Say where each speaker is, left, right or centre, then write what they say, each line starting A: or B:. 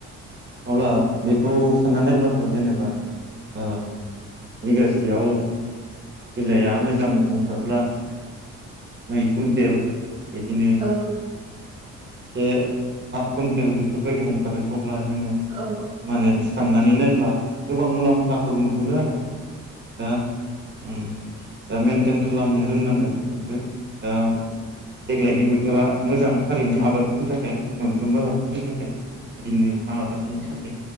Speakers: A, on the right; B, on the right.
A: अब्ला बेखौ साननानै नायब्लाथ जेनेबा ओ बिगासेयाव बिलाइआ मोजां ओंखारब्ला नै कुइन्टेल बिदिनो
B: ओं औ ओं
A: दे हाफ कुइन्टेल बेफोरबायदि ओंखारो अब्ला जोंङो
B: औ
A: माने साननानै नाय ब्ला गोबां मुलाम्फाखौ नुहुरो आरो दा ओम दा मेेनटेन खालामनो रोंनांगोन बेखौ दा देग्लायनि बोथोरा मोजां थारैनो आबाद नि थाखाय मोनफ्रोमबो हाबाफोरनि थाखाय बिदिनो साहा आबादनि थाखाय